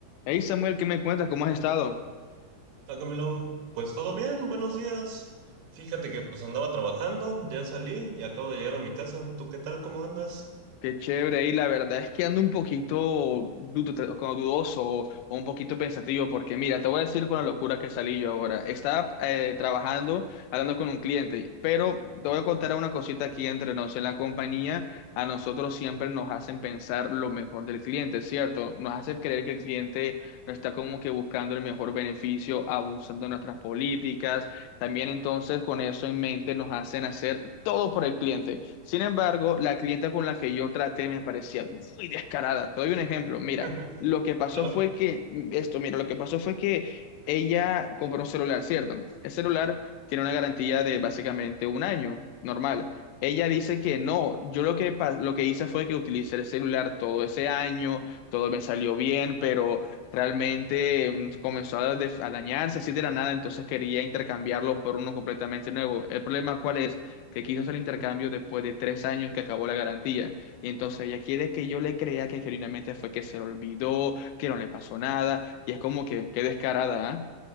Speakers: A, on the left; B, on the right.
A: Hey Samuel, ¿qué me cuentas? ¿Cómo has estado?
B: Ah, Camilo, pues todo bien, buenos días. Fíjate que pues andaba trabajando, ya salí y acabo de llegar a mi casa. ¿Tú qué tal? ¿Cómo andas?
A: Qué chévere. Y la verdad es que ando un poquito dud- como dudoso o un poquito pensativo porque mira, te voy a decir con la locura que salí yo ahora. Estaba eh, trabajando, hablando con un cliente, pero te voy a contar una cosita aquí entre nos. En la compañía, a nosotros siempre nos hacen pensar lo mejor del cliente, ¿cierto? Nos hace creer que el cliente no está como que buscando el mejor beneficio, abusando de nuestras políticas También entonces con eso en mente nos hacen hacer todo por el cliente. Sin embargo, la clienta con la que yo traté me parecía muy descarada. Te doy un ejemplo. Mira,
B: <laughs>
A: lo que pasó
B: Claro,
A: fue que, mm, esto, mira, lo que pasó fue que ella compró un celular, ¿cierto? El celular tiene una garantía de básicamente un año, normal. Ella dice que no, yo lo que, pa- lo que hice fue que utilicé el celular todo ese año, todo me salió bien, pero realmente mm, comenzó a, def- a dañarse así de la nada, entonces quería intercambiarlo por uno completamente nuevo. El problema, ¿cuál es? Que quiso hacer el intercambio después de tres años que acabó la garantía. Y entonces ella quiere que yo le crea que genuinamente fue que se le olvidó, que no le pasó nada, y es como que, qué descarada, ¿ah?